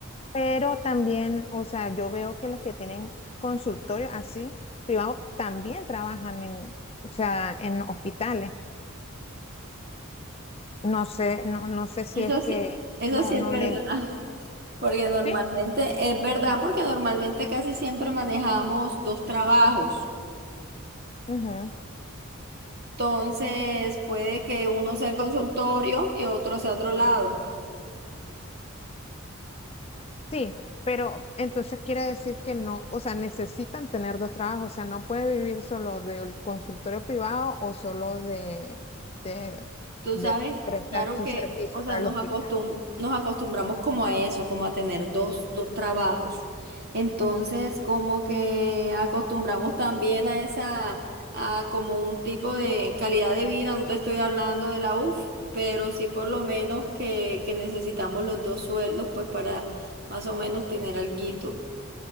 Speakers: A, on the left; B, on the right.
A: pero también, o sea, yo veo que los que tienen consultorios así privados también trabajan en, o sea, en hospitales. No sé, no, no sé si
B: Eso
A: es
B: sí,
A: que
B: eso
A: no,
B: sí es
A: no
B: verdad.
A: les.
B: Porque normalmente,
A: Sí,
B: es verdad, porque normalmente casi siempre manejamos dos trabajos.
A: ujú,
B: Entonces, puede que uno sea el consultorio y otro sea otro lado.
A: Sí, pero entonces quiere decir que no, o sea, necesitan tener dos trabajos, o sea, no puede vivir solo del consultorio privado o solo de, de,
B: Tú
A: de
B: sabes,
A: prestar
B: claro
A: su
B: que,
A: servicio
B: o sea,
A: para
B: nos
A: el hospital.
B: acostum- nos acostumbramos como a eso, como a tener dos, dos trabajos. Entonces, como que acostumbramos también a esa, a como un tipo de calidad de vida, no te estoy hablando de la UF, pero sí por lo menos que, que necesitamos los dos sueldos, pues para más o menos tener alguito.